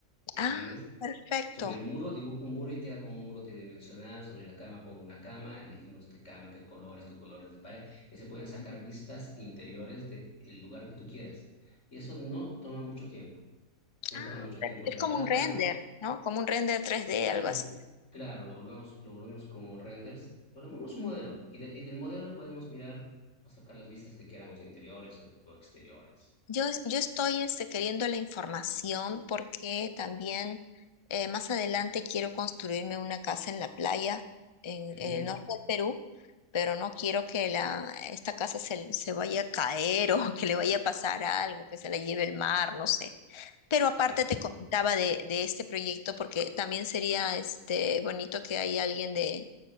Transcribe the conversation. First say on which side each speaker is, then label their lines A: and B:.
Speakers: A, on the left; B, on the left.
A: ¿Me
B: ah,
A: entiendes?
B: perfecto.
A: Sobre el muro dibujo un muro y queda como un muro tridimensional. Sobre la cama pongo una cama, elegimos qué cama, qué colores, qué colores de pared. Y se pueden sacar
B: Ujú.
A: vistas interiores del lugar que tú quieras. Y eso no toma mucho tiempo, no
B: Ah,
A: toma mucho
B: per-
A: tiempo.
B: es
A: O sea, de
B: como
A: cada
B: un render,
A: plano,
B: ¿no? Como un render 3D,
A: claro,
B: algo así.
A: claro, lo volvemos, lo volvemos como renders, volvemos un
B: Ujú.
A: modelo. Y, de- y del modelo podemos mirar, o sacar las vistas que queramos, interiores o, o exteriores.
B: Yo, es- yo estoy este, queriendo la información porque también eh, más adelante quiero construirme una casa en la playa en,
A: Ujú,
B: en el norte del Perú pero no quiero que la, esta casa se, se vaya a caer o <laughs> que le vaya a pasar algo, que se la lleve el mar, no sé. Pero aparte
A: claro.
B: te comentaba de, de este proyecto porque también sería este bonito que haya alguien de,